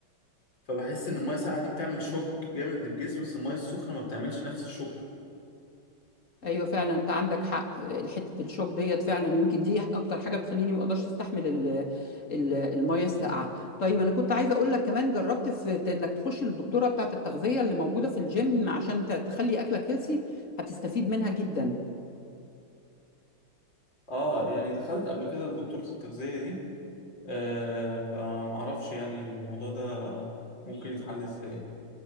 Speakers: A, on the left (about 60°); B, on the left (about 40°).
A: فبحس ان الميه الساقعه دي بتعمل شوك جامد للجسم بس الميه السخنه ما بتعملش نفس الشوك
B: ايوه فعلا انت عندك حق آه، حتة الشوك ديت فعلا ويمكن دي اكتر حاجة بتخليني ما اقدرش استحمل ال- ال- المية الساقعة طيب انا كنت عايزة اقول لك كمان جربت في ت- انك تخش للدكتورة بتاعة التغذية اللي موجودة في الجيم عشان ت- تخلي اكلك هيلسي هتستفيد منها جدا
A: اه يعني دخلت قبل كده لدكتورة التغذية دي آه فمعرفش يعني الموضوع ده ممكن يتحل ازاي